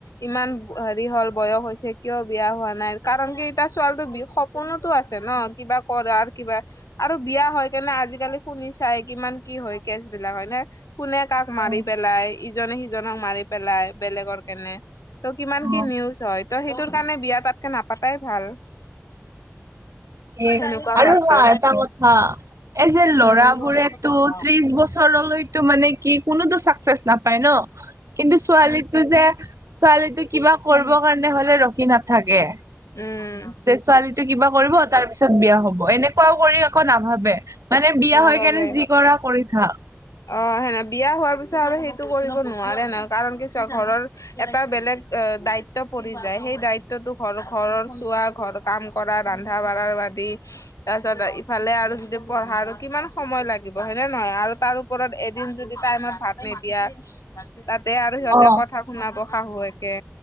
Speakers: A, on the left; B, on the right.
A: ইমান হেৰি হ'ল বয়স হৈছে কিয় বিয়া হোৱা নাই কাৰণ কি এতিয়া ছোৱালীটোৰ স পোনতো আছে ন কিবা কৰাৰ কিবা আৰু বিয়া হয় কেনে আজিকালি শুনি চাই কিমান কি হয় কেচ বিলাক হয় নে। কোনে কাক
B: অ
A: মাৰি পেলাই ইজনে সিজনক মাৰি পেলাই বেলেগৰ কাৰণে। ত' কিমান কি
B: অ
A: নিউজ হয়। ত সেইটোৰ কাৰণে বিয়া তাতকে নাপাতাই ভাল।
B: এ
A: সেনেকুৱা
B: আৰু
A: হোৱাতকে
B: হা এটা কথা। এই যে ল'ৰা
A: উম
B: বোৰেতটো ত্ৰিশ বছৰলৈতো মানে কি কোনোতো চাকচেছ নাপায় ন। কিন্তু ছোৱালীটো যে ছোৱালীটো কিবা কৰিব
A: উম
B: কাৰণে হলে ৰখি নাথাকে।
A: উম।
B: তে ছোৱালীটো কিবা কৰিব তাৰ পিছত বিয়া হব এনেকুৱও কৰি আকৌ নাভাবে। মানে বিয়া
A: মাৰ
B: হৈ
A: বাবে
B: কেনে যি কৰা কৰি থাক।
A: অ' সেনে বিয়া হোৱাৰ পিছত আৰু সেইটো কৰিব নোৱাৰে ন কাৰণ কিছু ঘৰৰ। এটা বেলেগ দায়িত্ব পৰি যায়, সেই দায়িত্বতো ঘৰ ঘৰৰ চোৱা ঘৰ কাম কৰা ৰন্ধা বঢ়া বাদি তাৰপিছত ইফালে আৰু যিটো পঢ়া কিমান সময় লাগিব হয়নে নহয় আৰু তাৰ ওপৰত এদিন যদি টাইমত ভাত নিদিয়া। তাতে আৰু সিহঁতে
B: অ
A: কথা শুনাব শাহুৱেকে।